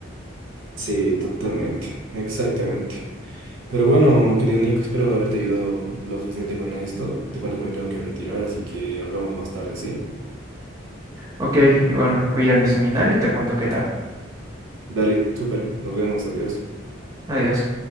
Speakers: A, on the right (about 75°); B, on the right (about 15°).
A: Sí, totalmente, exactamente. Pero bueno, querido Nico, espero haberte ayudado lo suficiente con esto. Te cuento que me tengo que retirar, así que hablamos más tarde, ¿sí?
B: Ok, y bueno, voy a ir a mi seminario y te cuento qué tal.
A: Dale, súper, nos vemos, adiós.
B: Adiós.